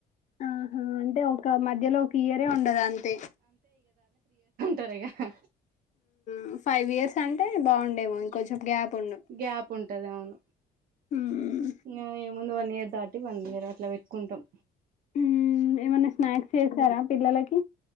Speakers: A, on the left; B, on the right.
A: ఆహా అంటే ఒక మధ్యలో ఒక ఇయరే ఉండదు అంతే
B: టరేగా
A: ఉమ్ ఫైవ్ ఇయర్స్ అంటే బాగుం ఏమో ఇంకొంచెం గ్యాప్ ఉండు
B: గ్యాప్ ఉంటది అవును
A: హ్మ్
B: నో ముందు వన్ ఇయర్ దాటి వన్ ఇయర్ అట్లా పెట్టుకుంటాం
A: ఉమ్ ఏమన్నా స్నాక్స్ చేస్తారా పిల్లలకి